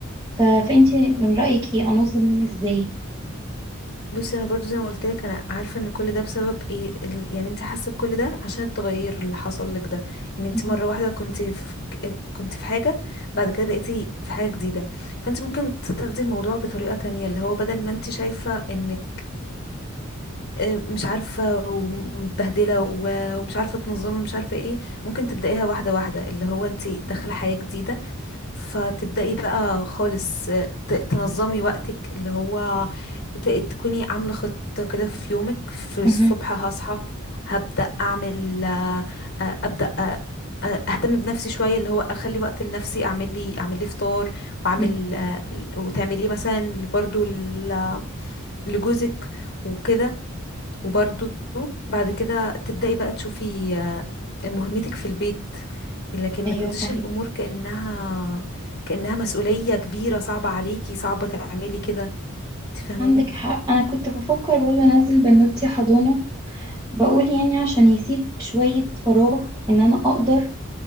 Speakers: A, on the right (about 15°); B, on the left (about 50°).
A: ف... فأنتي من رأيك إيه أنظم يومي إزاي؟
B: بصي انا برضو زي ما قلت لك انا عارفه ان كل ده بسبب ايه ال- يعني انت حاسه بكل ده عشان التغير اللي حصل لك ده ان انت
A: مهم.
B: مره واحده كنت في كنت في حاجه بعد كده بقيتي في حاجه جديده فانت ممكن تاخدي الموضوع بطريقه تانية اللي هو بدل ما انت شايفه انك آه، مش عارفة ومتبهدلة و- ومش عارفة تنظمي مش عارفة ايه ممكن تبدأيها واحدة واحدة اللي هو انتي داخلة حياة جديدة فتبدأي بقى خالص آه، ت- تنظمي وقتك اللي هو ت- تكوني عاملة خطة كده في يومك في الصبح
A: مهم.
B: هصحى هبدأ أعمل آه، آه، أبدأ آه، آه، أهتم بنفسي شوية اللي هو أخلي وقت لنفسي أعمل لي أعمل لي فطار وأعمل
A: مهم.
B: آه، وتعمليه مثلا برضو ل- لجوزك وكده وبرضو بعد كده تبدأي بقى تشوفي آه، مهمتك في البيت لكن
A: أيوة
B: ما تاخديش
A: فاهمة
B: الأمور كأنها كأنها مسؤولية كبيرة صعبة عليكي صعبة تعملي كده انت فاهماني
A: عندك حق أنا كنت بفكر برضه أنزل بنوتي حضانة بقول يعني عشان يسيب شوية فراغ إن أنا أقدر